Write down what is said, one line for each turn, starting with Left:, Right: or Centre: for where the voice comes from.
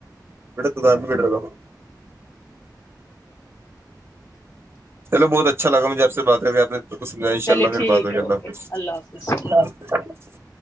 Right: بیٹا دکان بھیہ بیٹ رہا تھا چلو بہت اچھا لگا مجھے آپ سے بات آپ نے کو سجھائی ان شاء
Left: چلیے
Right: اللہ پھر
Left: ٹھیک
Right: بات ہو
Left: ہے
Right: گ
Left: اوکے
Right: اللہ
Left: حافظ
Right: پھر